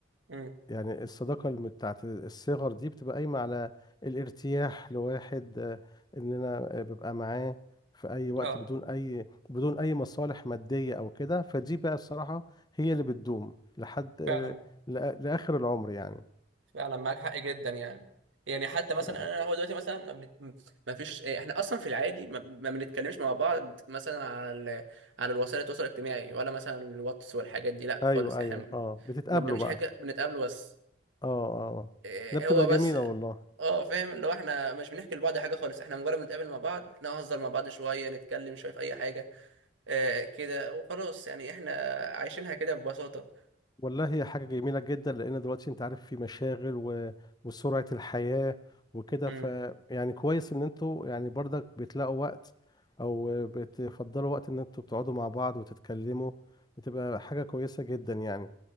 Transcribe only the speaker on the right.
امم
اه
فعلا
فعلا معاك حق جدا يعني يعني حتى مثلا
انا هو دلوقتي مثلا ما, بنت... ما فيش إيه، احنا اصلا في العادي ما, ما بنتكلمش مع بعض مثلا على ال... على الوسائل التواصل الاجتماعي ولا مثلا الواتس والحاجات دي لا
خالص احنا
ما بنعملش
حاجه بنتقابل بس
إيه
هو بس
اه فاهم اللي هو احنا مش بنحكي لبعض حاجه خالص احنا مجرد بنتقابل مع بعض نهزر مع بعض شويه نتكلم شويه في اي حاجه آه كده وخلاص يعني احنا عايشينها كده ببساطه
امم